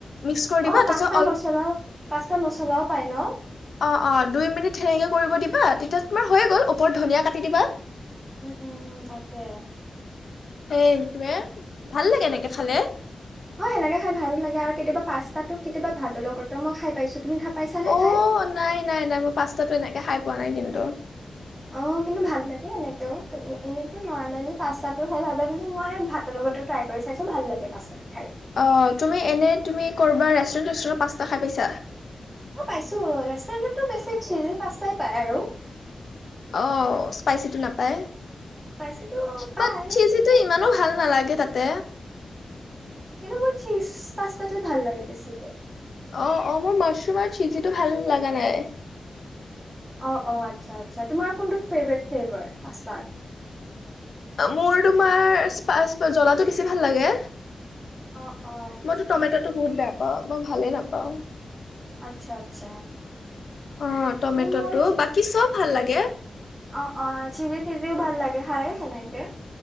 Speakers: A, on the left; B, on the right.
A: মিক্স কৰি দিবা
B: অ পাস্তা
A: তাৰপাছত অলপ
B: মচলা পাস্তা
A: <unintelligible>
B: মচলাও পায় ন
A: অ অ দুই মিনিট সে- নেকে কৰিব দিবা তেতিয়া তোমাৰ হৈয়ে গ'ল ওপৰত ধনীয়া কাটি দিবা।
B: উম উম তাকে
A: সেটোৱে ভাল লাগে এনেকে খালে।
B: অ সেনেকে খাই ভাল লাগে আৰু কেতিয়াবা পাচতাতোক কেতিয়াবা ভাত লগতো মই খাই পাইছো। তুমি খাই পাইছানে
A: অ
B: খাই
A: নাই নাই নাই মই পাস্তাটো এনেকে খাই পোৱা নাই কিন্তু।
B: অ কিন্তু ভাল লাগে এেনেকেও এনেইো নৰ্মেলি পাস্তাটো হয় ভাবো কিন্তু মই ভাতৰ লগতো ট্ৰাই কৰি চাইছো ভাল লাগে পাস্। <unintelligible>
A: অঁ, তুমি এনে তুমি কৰবা ৰেষ্টুৰেন্ট ষ্টুট। পাচটা খাই পাইচা?
B: অঁ, পাইছো ৰেষ্টুৰেণ্টত বেছি সিজি পস্তাইপাই আৰু।
A: অঁ, স্পাইচিটো নাপায়।
B: পাইছেতো পাই
A: বাত চিজিটো
B: কিন্তু
A: ইমানো ভাল নালাগে তাতে।
B: কিন্তু মোৰ চিজ পাস্তাটোৱে ভাল লাগে বেছিকে।
A: অঁ অঁ, মোৰ মাছৰুমৰ চিজিটো ভাল লাগা নাই।
B: অঁ -অঁ, আচ্ছা -আচ্ছা তোমাৰ কোনটো ফেভট ফ্লেবাৰ পাস্তাৰ?
A: মোৰ তোমাৰ স্পাচ জলাটো বেছি ভাল লাগে।
B: অ অ
A: মইতো টমেটত। ত বহুত বেয়া পাওঁ মই ভালে নাপাওঁ।
B: আচ্ছা -আচ্ছা।
A: অঁ, টমেটটো
B: মোৰ
A: বাকী চব ভাল লাগে।
B: অঁ -অঁ, চিজি- তিজিও ভাল লাগে খাই সেনেকে।